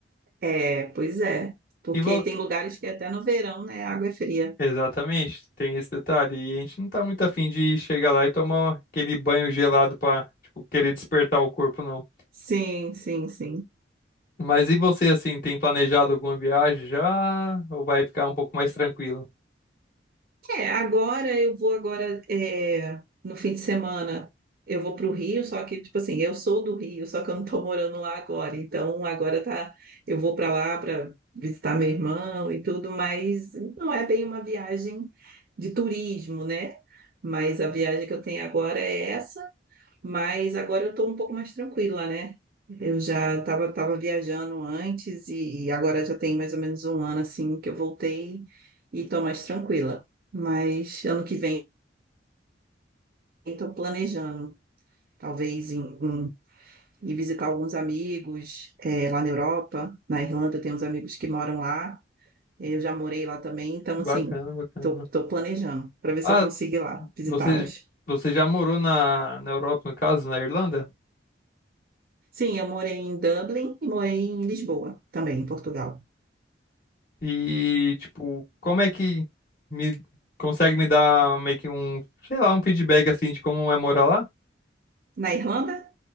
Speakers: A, on the right; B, on the left.
A: É, pois é. Porque
B: E vo...
A: tem lugares que até no verão, né, a água é fria.
B: Exatamente, tem esse detalhe. E a gente não tá muito afim de chegar lá e tomar aquele banho gelado pra, tipo, querer despertar o corpo, não.
A: Sim, sim, sim.
B: Mas e você, assim, tem planejado alguma viagem já? Ou vai ficar um pouco mais tranquilo?
A: É, agora eu vou agora é, no fim de semana eu vou para o Rio, só que tipo assim, eu sou do Rio, só que eu não estou morando lá agora. Então agora tá, eu vou para lá para visitar meu irmão e tudo, mas não é bem uma viagem de turismo, né? Mas a viagem que eu tenho agora é essa Mas agora eu estou um pouco mais tranquila, né? Eu já estava tava tava viajando antes e, e agora já tem mais ou menos um ano assim que eu voltei e estou mais tranquila. Mas ano que vem estou planejando, talvez em, em- ir visitar alguns amigos eh, lá na Europa, na Irlanda eu tenho uns amigos que moram lá. Eu já morei lá também, então
B: Bacana,
A: assim
B: bacana.
A: estou tô, planejando para ver
B: Ah,
A: se eu consigo ir lá visitá-los.
B: você, você já morou na, na Europa, no caso, na Irlanda?
A: Sim, eu morei em Dublin e morei em Lisboa também, em Portugal.
B: E, tipo, como é que me consegue me dar meio que um, sei lá, um feedback assim de como é morar lá?
A: Na Irlanda?